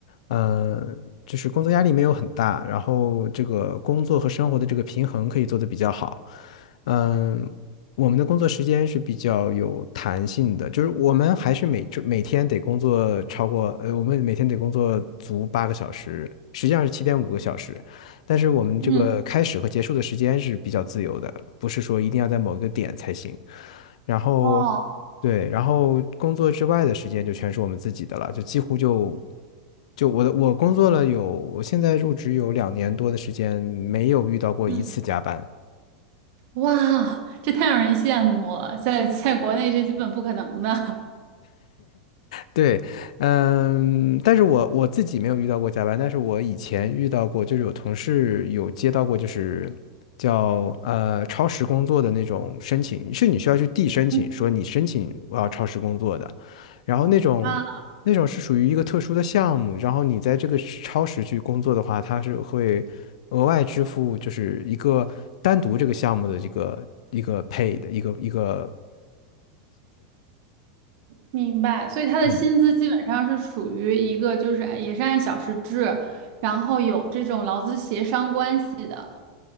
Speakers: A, on the left (about 65°); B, on the right (about 55°).
A: 嗯，就是工作压力没有很大，然后这个工作和生活的这个平衡可以做得比较好。嗯，我们的工作时间是比较有弹性的，就是我们还是每周每天得工作超过，呃，我们每天得工作足八个小时，实际上是七点五个小时，但是我们这个开始和结束的时间是比较自由的，
B: 嗯，
A: 不是说一定要在某一个点才行。然后，
B: 哦。
A: 对，然后工作之外的时间就全是我们自己的了，就几乎就就我的我工作了有，我现在入职有两年多的时间，没有遇到过一次加班。
B: 嗯哇，这太让人羡慕了，在在国内这基本不可能的
A: 对，嗯，但是我我自己没有遇到过加班，但是我以前遇到过，就是有同事有接到过，就是叫呃超时工作的那种申请，是你需要去递申请，
B: <laughs>
A: 说你申请我要超时工作的，然后那种那种是属于一个特殊的项目，
B: 啊！
A: 然后你在这个超时去工作的话，它是会额外支付，就是一个单独这个项目的这个一个 pay 的一个一个。
B: 明白，所以他的薪资基本上是处于一个就是按也是按小时制，
A: 嗯。
B: 然后有这种劳资协商关系的，